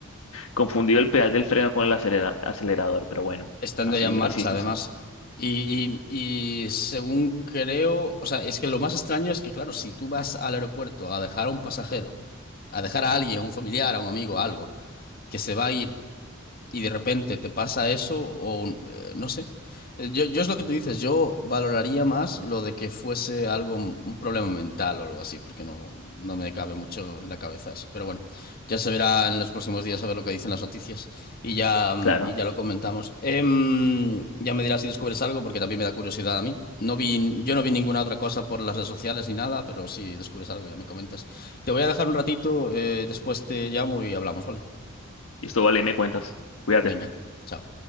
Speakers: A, on the left (about 70°); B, on the left (about 45°).
A: Confundido el pedal del freno con el acelera- acelerador, pero bueno,
B: estando
A: así,
B: ya en marcha,
A: así es difícil.
B: además. Y, y, y según creo, o sea, es que lo más extraño es que, claro, si tú vas al aeropuerto a dejar a un pasajero, a dejar a alguien, a un familiar, a un amigo, a algo, que se va a ir y de repente te pasa eso o un- eh, no sé. Eh, Yo, yo es lo que tú dices, yo valoraría más lo de que fuese algo, un problema mental o algo así, porque no, no me cabe mucho en la cabeza eso. Pero bueno, ya se verá en los próximos días a ver lo que dicen las noticias y ya, mm,
A: Claro.
B: y ya lo comentamos. Em, ya me dirás si descubres algo, porque también me da curiosidad a mí. No vi, yo no vi ninguna otra cosa por las redes sociales ni nada, pero si descubres algo ya me comentas. Te voy a dejar un ratito, eh, después te llamo y hablamos, ¿vale?
A: Listo, vale, me cuentas. Cuídate.
B: Venga, chao.